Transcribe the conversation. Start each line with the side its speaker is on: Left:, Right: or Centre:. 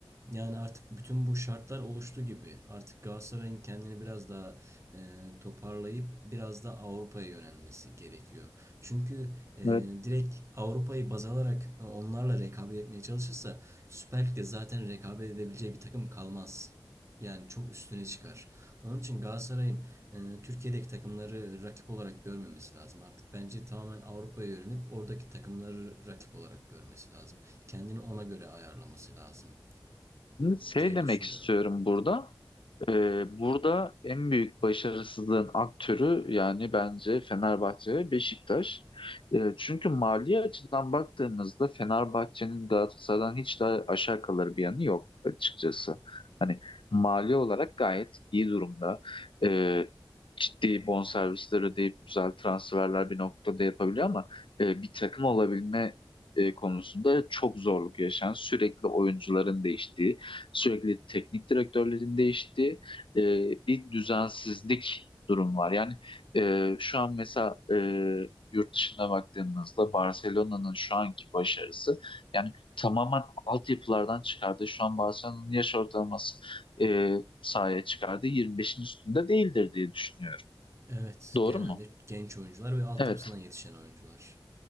Right: Yani artık bütün bu şartlar oluştu gibi. Artık Galatasaray'ın kendini biraz daha e, toparlayıp biraz da Avrupa'ya yönelmesi gerekiyor. Çünkü e,
Left: Evet.
Right: direkt Avrupa'yı baz alarak onlarla rekabet etmeye çalışırsa Süper Lig'de zaten rekabet edebileceği bir takım kalmaz. Yani çok üstüne çıkar. Onun için Galatasaray'ın e, Türkiye'deki takımları rakip olarak görmemesi lazım. Artık bence tamamen Avrupa'ya yönelip oradaki takımları rakip olarak görmesi lazım. Kendini ona göre ayarlaması lazım
Left: Şey
Right: diye
Left: demek
Right: düşünüyorum.
Left: istiyorum burada. Ee, burada en büyük başarısızlığın aktörü yani bence Fenerbahçe ve Beşiktaş. Ee, çünkü mali açıdan baktığımızda Fenerbahçe'nin Galatasaray'dan hiç daha aşağı kalır bir yanı yok açıkçası. Hani mali olarak gayet iyi durumda. Ee, ciddi bonservisler ödeyip güzel transferler bir noktada yapabiliyor ama e, bir takım olabilme e, konusunda çok zorluk yaşayan, sürekli oyuncuların değiştiği, sürekli teknik direktörlerin değiştiği e, bir düzensizlik durum var. Yani e, şu an mesela e, yurt dışına baktığımızda Barcelona'nın şu anki başarısı yani tamamen altyapılardan çıkardı. Şu an Barcelona'nın yaş ortalaması e, sahaya çıkardığı 25'in üstünde değildir diye düşünüyorum.
Right: Evet,
Left: Doğru
Right: genelde
Left: mu?
Right: genç oyuncular ve altyapısından
Left: Evet,
Right: yetişen oyuncular.